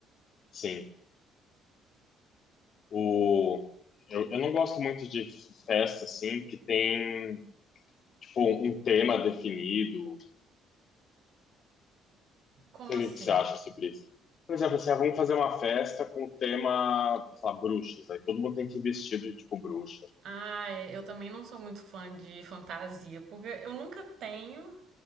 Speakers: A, on the left; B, on the right.
A: Sim. O... Eu, eu não gosto muito de festa, assim, que tem tipo, um um tema definido?
B: Como
A: Não sei
B: assim?
A: o que que você acha sobre isso. Por exemplo, assim, ah, vamos fazer uma festa com o tema, sei lá, bruxas. Aí todo mundo tem que ir vestido de, tipo, bruxa.
B: Ah, é, eu também não sou muito fã de fantasia, porque eu nunca tenho